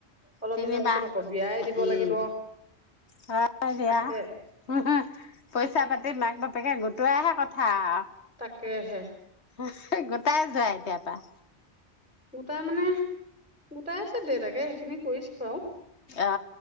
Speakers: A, in the centre; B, on the left.
A: অলপ
B: তিনিমাহ
A: দিনৰ পিছত আকৌ বিয়াই
B: হোঁ
A: দিব
B: উম।
A: লাগিব
B: হয় দিয়া।
A: তাকে
B: হো হো। পইচা পাতি মাক বাপেকে গোটোৱাহে কথা আৱ।
A: কেহে।
B: হো হো গোটাই যোৱা এতিয়াৰ পৰা৷
A: গোটাই মানে গোটাই আছে দেউতাকে সেইখিনি কৰিছে। হেল্ল'।
B: অ